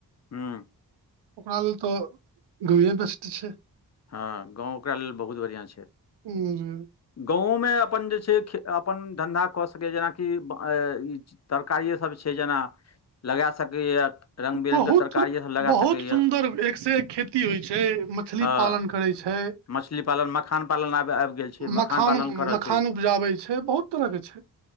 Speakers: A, on the left (about 40°); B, on the right (about 90°).
A: हुं।
B: ओकरा लेल तो गाँवे बेस्ट छै।
A: हँ गाँव ओकरा लेल बहुत बढ़िआँ छै।
B: उं जे
A: गाँवोमे अपन जे छै अपन धन्धा कऽ सवैये, जेनाकि ई तरकारिए सभ छै जेना, लगा सकैए रङ्ग बिरङ्गके
B: बहुत,
A: तरकारिए सभ लगा
B: बहुत
A: सकैए
B: सुन्दर एक से एक खेती होइ छै मछली
A: हँ
B: पालन करै छै
A: मछली पालन मखान पालन आब आबि गेल छै
B: मखान,
A: पालन करल
B: मखान
A: छै
B: उपजाबै छै, बहुत तरह के छै